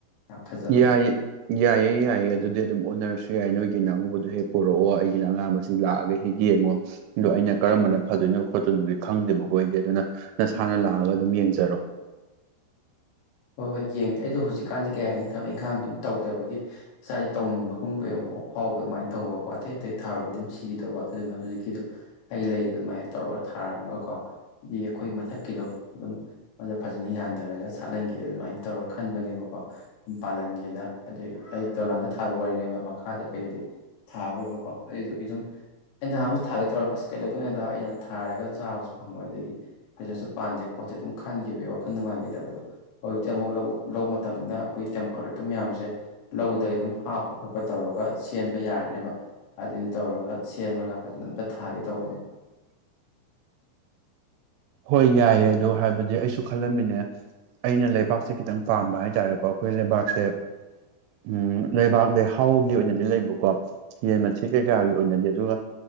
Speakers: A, on the left; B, on the right.
A: ꯌꯥꯝ ꯐꯖꯕꯗꯣ
B: ꯌꯥꯏꯌꯦ ꯌꯥꯏꯌꯦ ꯌꯥꯏꯌꯦ ꯑꯗꯨꯗꯤ ꯑꯗꯨꯝ ꯑꯣꯟꯅꯔꯁꯨ ꯌꯥꯏ ꯅꯣꯏꯒꯤꯅ ꯑꯉꯨꯕꯗꯣ ꯍꯦꯛ ꯄꯨꯔꯛꯑꯣ ꯑꯩꯒꯤꯅ ꯑꯉꯥꯡꯕꯁꯤ ꯂꯥꯛꯑꯒꯦ ꯍꯦꯛ ꯌꯦꯡꯉꯣ ꯑꯗꯣ ꯑꯩꯅ ꯀꯔꯝꯕꯅ ꯐꯗꯣꯏꯅꯣ ꯈꯣꯠꯇꯣꯏꯅꯣꯗꯤ ꯈꯪꯗꯦꯕꯈꯣꯏꯗꯤ ꯑꯗꯨꯅ ꯅꯁꯥꯅ ꯂꯥꯛꯑꯒ ꯑꯗꯨꯝ ꯌꯦꯡꯖꯔꯣ
A: ꯍꯣꯏ ꯍꯣꯏ ꯌꯦꯡꯉꯦ ꯑꯩꯗꯣ ꯍꯧꯖꯤꯛꯀꯥꯟꯗꯤ ꯀꯌꯥ ꯍꯥꯏꯅꯤ ꯊꯕꯛ ꯏꯪꯈꯥꯡꯁꯦ ꯑꯃꯇꯥ ꯇꯧꯗꯕꯒꯤ ꯏꯁꯥꯁꯦ ꯇꯧꯅꯤꯡꯕꯒꯨꯝ <unintelligible> ꯐꯥꯎꯕ ꯑꯗꯨꯃꯥꯏꯅ ꯇꯧꯕꯀꯣ ꯑꯇꯩ ꯑꯇꯩ ꯊꯥꯔꯨꯕ ꯑꯗꯨꯝ ꯁꯤꯒꯦ ꯇꯧꯕ ꯑꯗꯨꯅ ꯍꯧꯖꯤꯛꯀꯤꯗꯣ ꯑꯩ ꯂꯩꯗꯣ ꯑꯗꯨꯃꯥꯏꯅ ꯇꯧꯔꯒ ꯊꯥꯔꯝꯃꯒꯀꯣ ꯗꯤ ꯑꯩꯈꯣꯏ ꯃꯊꯛꯀꯤꯗꯣ ꯑꯗꯨꯝ ꯑꯗ ꯐꯖꯅ ꯌꯥꯟꯊꯔꯒ ꯁꯥꯠꯍꯟꯒꯦ ꯑꯦ ꯑꯗꯨꯃꯥꯏꯅ ꯇꯧꯔ ꯈꯟꯕꯅꯦꯕꯀꯣ ꯄꯥꯜꯍꯟꯒꯦꯅ ꯑꯗꯩ ꯑꯩ ꯗꯣꯂꯥꯟꯗ ꯊꯥꯕ ꯋꯥꯔꯤꯅꯦꯕ ꯃꯈꯥꯗ ꯀꯩꯗꯗꯤ ꯊꯥꯔ ꯔꯣꯏꯕꯀꯣ ꯑꯩꯗꫭ ꯏꯗꯨꯝ ꯑꯩ ꯅꯍꯥꯟꯃꯨꯛꯁꯨ ꯊꯥꯗ ꯇꯧꯔꯝꯃꯦ ꯑꯁ ꯀꯩꯗꯧꯗꯣꯏꯅꫭꯗ ꯑꯩꯅ ꯊꯥꯔꯒ ꯆꯥꯕꯁꯨ ꯐꯪꯉꯣꯏ ꯑꯗꯥꯒꯤ ꯐꯖꯅꯁꯨ ꯄꯥꯟꯗꯦ ꯄꯣꯠꯁꯦ ꯑꯗꯨꯝ ꯈꯟꯈꯤꯕꯒꯤ ꯋꯥꯈꯜ ꯅꯨꯡꯉꯥꯏꯈꯤꯗꯕꯗꯣ ꯍꯧꯖꯤꯛꯇꯤ ꯑꯃꯨꯛ ꯂꯧꯕꯛ ꯂꯧꯕ ꯃꯇꯝꯅꯤꯅ ꯑꯩꯈꯣꯏ ꯇꯦꯝꯄꯥꯔꯦꯛꯇꯔ ꯃꯌꯥꯝꯁꯦ ꯂꯧꯗꯒꯤ ꯑꯗꯨꯝ ꯍꯥꯞꯄ ꯈꯣꯠꯄ ꯇꯧꯔꯒ ꯁꯦꯝꯕ ꯌꯥꯔꯅꯦꯕ ꯑꯗꯨꯗꯨ ꯇꯧꯔꯒ ꯁꯦꯝꯃꯒ ꯐꯖꯅ ꯑꯝꯇ ꯊꯥꯒꯦ ꯇꯧꯕꯅꯦ
B: ꯍꯣꯏ ꯌꯥꯏꯌꯦ ꯑꯗ ꯍꯥꯏꯕꯗꯤ ꯑꯩꯁꯨ ꯈꯜꯂꯝꯃꯤꯅꯦ ꯑꯩꯅ ꯂꯩꯕꯥꯛꯁꯦ ꯈꯤꯇꯪ ꯄꯥꯝꯕ ꯍꯥꯏꯇꯥꯥꯔꯦꯀꯣ ꯑꯩꯈꯣꯏ ꯂꯩꯕꯥꯛꯁꯦ ꯎꯝ ꯂꯩꯕꯥꯛ ꯂꯩꯍꯥꯎꯒꯤ ꯑꯣꯏꯅꯗꯤ ꯂꯩꯕꯀꯣ ꯌꯦꯟ ꯃꯊ ꯀꯩꯀꯥꯒꯤ ꯑꯣꯏꯅꯗꯤ ꯑꯗꯨꯒ